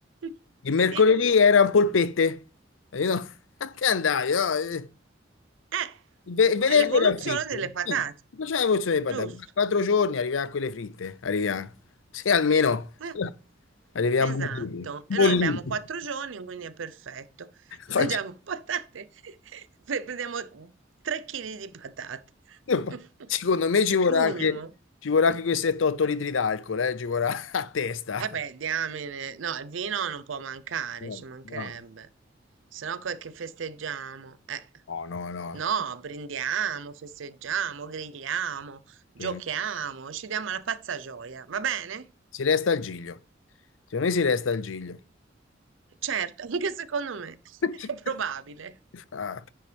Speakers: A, on the right (about 85°); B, on the left (about 85°).
A: <laughs>
B: Il mercoledì
A: Sì.
B: erano polpette, capito? <laughs> A che andavi, no?
A: Eh,
B: Il ve- il venerdì
A: è l'evoluzione
B: era fritto.
A: delle patate,
B: Quindi, Facciamo la porzione di
A: giusto?
B: patate. Quattro giorni arriviamo a quelle fritte. Arriviamo. Se almeno
A: Eh,
B: <laughs> arriviamo
A: esatto.
B: bolliti. Bolliti.
A: E noi abbiamo quattro giorni, quindi è perfetto. <laughs>
B: Facci-
A: Mangiamo patate, <laughs> pre- prendiamo 3 kg di patate.
B: Io-
A: <laughs>
B: Secondo me ci vorrà
A: Minimo.
B: anche, ci vorrà anche quei 7-8 litri d'alcol, eh, ci vorrà <laughs> a testa.
A: Vabbè, diamine. No, il vino non può mancare,
B: No,
A: ci mancherebbe.
B: no.
A: Se no, che festeggiamo? Eh.
B: No, no, no.
A: No, brindiamo, festeggiamo, grigliamo, giochiamo,
B: Si
A: ci diamo la pazza gioia, va bene?
B: si resta al giglio. Secondo me si resta al giglio.
A: Certo, <laughs> anche secondo me
B: <laughs>
A: <laughs> è probabile.
B: Ah,